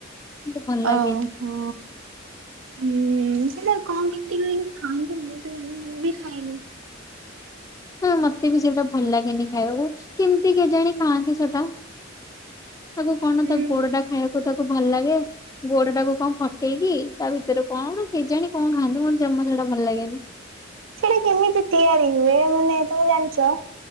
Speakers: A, on the left; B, on the right.
A: ମତେ ଭଲ ଲାଗେନି।
B: ଓ ହୋ ହୁଁ ସେଇଟା କଣ କେମିତି କରିକି ଖାଆନ୍ତି ମୁଁ ତ ଜାଣିନି ମୁଁ ବି ଖାଇନି
A: ହଁ ମତେ ବି ସେଇଟା ଭଲ ଲାଗେନି ଖାଇବା କେମିତି କେଜାଣି ଖାଆନ୍ତି ସେଟା ତାକୁ କଣ
B: ହୁଁ।
A: ତା ଗୋଡ ଟା ଖାଇବାକୁ ତାକୁ ଭଲ ଲାଗେ ଗୋଡଟାକୁ କଣ ଫଟେଇକି ତା ଭିତରେ କଣ କେଜାଣି କଣ ଖାଆନ୍ତି ମୋର ଜମା ଛାଡା ଭଲ ଲାଗେନି
B: ସେଇଟା କେମିତି ତିଆରି ହୁଏ ମାନେ ତମେ ଜାଣିଛ